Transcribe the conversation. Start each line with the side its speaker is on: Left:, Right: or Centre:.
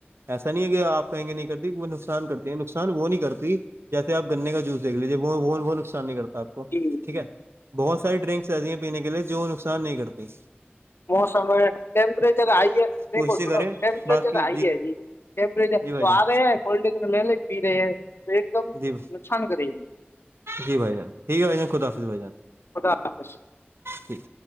Right: ایسا نہیں ہے کہ آپ کہیں گے نہیں کرتی نقصان کرتی ہے نقصان وہ نہیں کرتی جیسے آپ گنے کا جوس دیکھ لیجیے وہ نقصان نہیں کرتا آ کو
Left: جی جی
Right: ٹھیک ہے بہت ساری ڈرنکس ایسی ہیں پینے کے لیے جو نقصان نہیں کرتی
Left: موسم ہے ٹمپریچر ہائی ہے
Right: کوششیں
Left: دیکھو سنو
Right: کریں
Left: ٹمپریچر
Right: باقی
Left: ہائی ہے جی ٹیریجر
Right: جی
Left: تو
Right: بھائی جان
Left: آ رہے ہے کوڈ ڈنک لے ل <unintelligible> پی رہے ہیں تو ایک دم
Right: جی
Left: نقصان کرے گی
Right: جی بھائی جان ٹھیک ہے بھائی جان خدا حافظ بھائی جان
Left: خدا حفش <unintelligible>
Right: ٹھیک